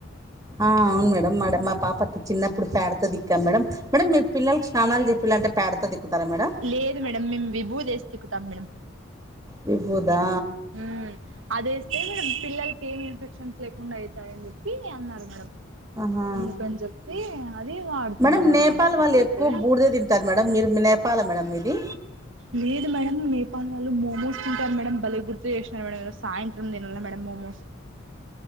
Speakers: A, on the right; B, on the right.
A: ఆ అవును మేడం మ మా పాపకి చిన్నప్పుడు పేడతో తిక్కమ్ మేడం మీరు పిల్లలకు స్నానాలు చెప్పిలంటే పేడతో దిక్కుతారా మేడం
B: లేదు మేడం మేము విభూదేసి తిక్కుతాం మేడం
A: విబుదా
B: మ్ అదేస్తే మేడం పిల్లలకి ఏమి ఇన్ఫెక్షన్స్ లేకుండా అవుతాయని చెప్పి అన్నారు మేడం
A: ఆహా
B: అందుకని చెప్పి అది వాడుతున్నాం
A: మేడం నేపాల్
B: ఇప్పుటికైతే
A: వాళ్ళు ఎక్కువ బూర్దే తింటారు మేడం మీరు నే పాల మేడం మీది
B: లేదు మేడం నేపాల్ వాల్లు మోమోస్ తింటారు మేడం బలే గుర్తు చేస్సిన్నారు మేడం ఈ సాయంత్రం తినలే మేడం మోమోస్